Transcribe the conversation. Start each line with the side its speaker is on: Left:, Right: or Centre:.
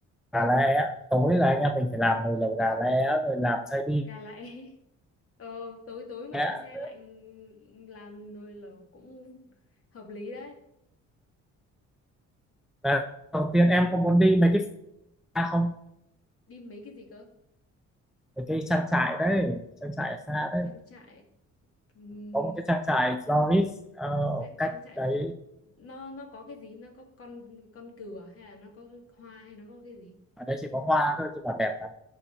Centre: gà lẻ tối là anh em mình phải làm nồi lẩu gà lẻ rồi làm xay đi
Left: gà lại. <laughs> Ờ tối tối mà
Centre: lẻ.
Left: xe xe lạnh làm nồi lẩu cũng hợp lý đấy.
Centre: Và đầu tiên em có muốn đi mấy cái xa không
Left: Đi mấy cái gì cơ?
Centre: mấy cái trang trại đấy trang trại ở xa đấy
Left: Trang trại ừm,
Centre: có một cái trang trại florist ờ, ở
Left: trang,
Centre: cách
Left: trang trại
Centre: đấy
Left: nó nó có cái gì? Nó có con con cừu à? hay là nó có hoa hay nó có cái gì?
Centre: ở đây chỉ có hoa thôi chứ còn đẹp lắm